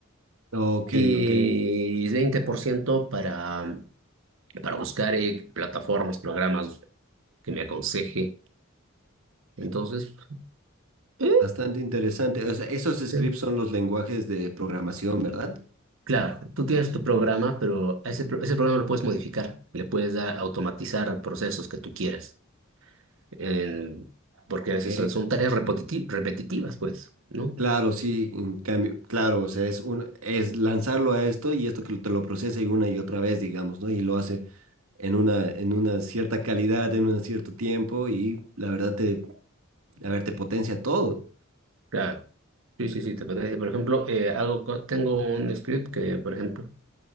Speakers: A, on the right (about 85°); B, on the right (about 65°).
A: Ok,
B: y
A: ok.
B: 20% para, para buscar eh, plataformas, programas que me aconseje. Entonces, eh,
A: Bastante interesante. O sea, esos scripts
B: sí.
A: son los lenguajes de programación, ¿verdad?
B: Claro, tú tienes tu programa, pero a ese, pro- ese programa lo puedes modificar, le puedes dar, automatizar procesos que tú quieras, en- porque
A: Ok.
B: a veces son, son tareas repetiti- repetitivas, pues, ¿no?
A: Claro, sí, en cambio, claro, o sea, es un, es lanzarlo a esto y esto que te lo procesa y una y otra vez, digamos, ¿no? Y lo hace en una, en una cierta calidad, en un cierto tiempo y la verdad te, a ver, te potencia todo.
B: Claro. Sí, sí, sí, te parece. Por ejemplo, eh, hago co- tengo un script que, por ejemplo,